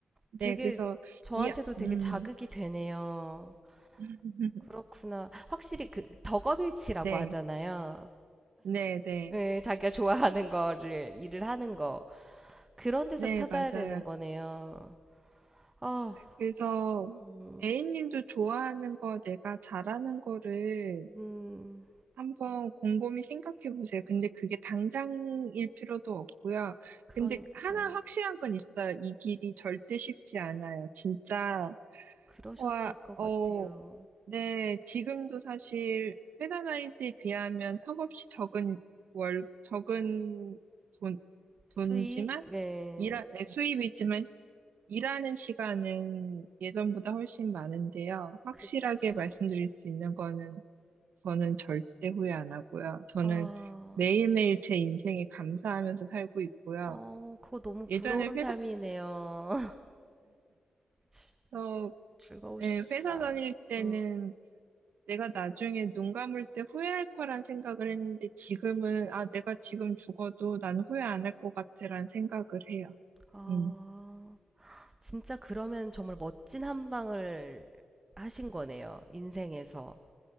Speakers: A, on the right (about 80°); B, on the right (about 15°).
A: 네,
B: 되게
A: 그래서
B: 저한테도
A: 이,
B: 되게
A: 음,
B: 자극이 되네요.
A: <laughs>
B: 그렇구나. 확실히 그 덕업일치라고
A: 네,
B: 하잖아요.
A: 네, 네,
B: 예, 자기가 좋아하는 거를 일을 하는 거 그런 데서
A: 네,
B: 찾아야
A: 맞아요.
B: 되는 거네요. 아,
A: 그래서
B: 음,
A: A님도 좋아하는 거 내가 잘하는 거를
B: 음,
A: 한번 곰곰이 생각해 보세요. 근데 그게 당장일 필요도 없고요.
B: 그러니까
A: 근데 하나 확실한 건 있어요. 이 길이 절대 쉽지 않아요. 진짜
B: 그러셨을
A: 와,
B: 것 같아요.
A: 어, 네, 지금도 사실 회사 다닐 때에 비하면 턱없이 적은 월, 적은 돈,
B: 수익,
A: 돈이지만,
B: 네,
A: 일하, 네, 수입이지만, 일하는 시간은 예전보다 훨씬 많은데요. 확실하게
B: 그쵸.
A: 말씀드릴 수 있는 거는, 저는 절대 후회 안 하고요. 저는
B: 아,
A: 매일매일 제 인생에 감사하면서 살고 있고요.
B: 어, 그거 너무
A: 예전에
B: 부러운 삶이네요. <laughs> 즐-
A: 회사에서,
B: 즐거우시겠다.
A: 예, 회사 다닐 때는
B: 음,
A: 내가 나중에 눈 감을 때 후회할 거란 생각을 했는데 지금은, 아, 내가 지금 죽어도 난 후회 안 할 것 같아란 생각을 해요.
B: 아.
A: 음,
B: 진짜 그러면 정말 멋진 한 방을 하신 거네요. 인생에서.